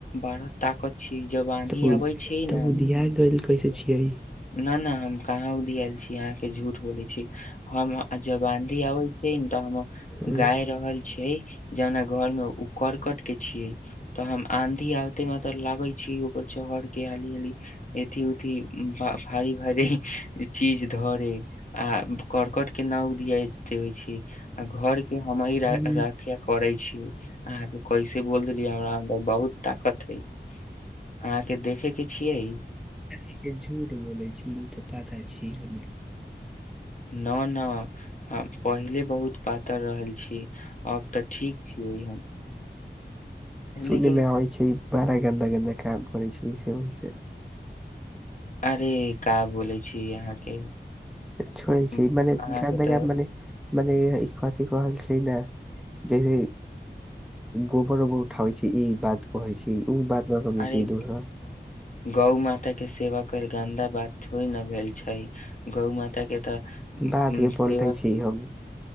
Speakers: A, on the left (about 45°); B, in the centre.
A: बड़ा ताकत छियै जब आंधी
B: तऽ उ
A: आबै छियै
B: तऽ
A: ने
B: उघिया गेलल कैसे छियै
A: न न हम कहाँ उधीया आयल छी अहाँ के झूठ बोले छी हम जब आंधी आबे तऽ हम
B: हाँ,
A: गाय रहल छियै जे हमरा घर में ओ करकट के छिये तऽ हम आंधी आबते मे त लागे छी ऊपर चरके हाली ही एथिी उथि भारी भारी चीज धरे आ करकट के नाव दिय दे छै घर के हम
B: हम्म,
A: रखा करे छी अहाँके कैसे बोल देलियै हमरा हम बहुत ताकत हइ अहाँके देखे के छियै
B: इत झूठ बोले छी इ तऽ पाता छै हमरा
A: न न हम पहिले बहुत पातर रहल छी अब तऽ ठीक छीयै हम
B: सुन
A: लेकिन
B: मे आबै छै बड़ा गन्दा गन्दा काम करै छै ऐसे ओहिसे
A: अरे का बोलै छी अहाँके
B: छोड़े छि
A: अहाँके
B: मने
A: तऽ
B: गा मने मने ई कथी कहल छै इ ना जैसे गोबर उोबर उठाबै छै इ बात कहै छै ओ बात न समझै
A: अरे
B: छै दोसर
A: गौ माता के सेवा करल गन्दा बात थोड़े न भेल छै गौ माता के तऽ उम्म
B: बातके पलटै
A: सेवा
B: छी हम